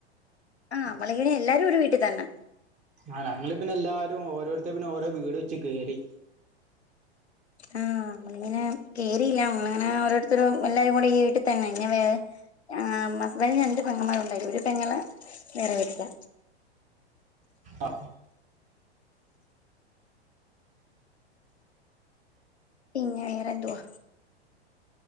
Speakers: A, on the left; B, on the right.
A: ആ പ്പല്ലെങ്ങി എല്ലാരും ഒരു വീട്ടിൽ തന്നെ
B: ആ ഞങ്ങള് പിന്നെ എല്ലാരുംഓരോരുത്ത പിന്നെ ഓരോ വീട് വെച്ച് കേറി.
A: ആഹാ നമ്മളിങ്ങനെ കേറിയില്ല നമ്മളിങ്ങനെ ഓരോരുത്തരു എല്ലാവരും കൂടെ ഈ വീട്ടിൽ തന്നെ ഇങ്ങ വ ആ മസ്ബൻ്റിന് രണ്ടു പെങ്ങന്മാരുണ്ട് അയ്ല് ഒരു പെങ്ങള് വേറെ വീട്ടില്ല
B: ആഹ്
A: പിന്നെ വേറെന്തുവാ?